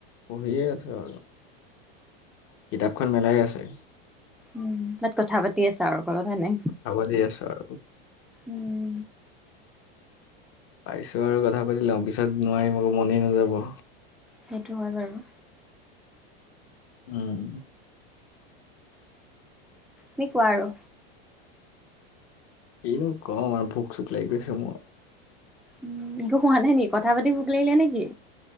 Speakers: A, on the left; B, in the centre.
A: পঢ়িয়ে আছোঁ‌ আৰু, কিতাপখন মেলাই আছে।
B: উম, বাট কথা পাতি আছা আৰু কলত, হয় নাই?
A: হ'ব দি আছো আৰু
B: উম।
A: পাৰিছোঁ‌ আৰু কথা পাতি লওঁ, পিছত নোৱাৰিম আকৌ মনেই নাযাব।
B: সেইটো হয় বাৰু।
A: উম।
B: কি কোৱা আৰু?
A: কিনো কম আৰু ভোক-চোক লাগি গৈছে মোৰ।
B: উম, একো খোৱা নাই নি? কথা পাতি ভোক লাগিলে নে কি?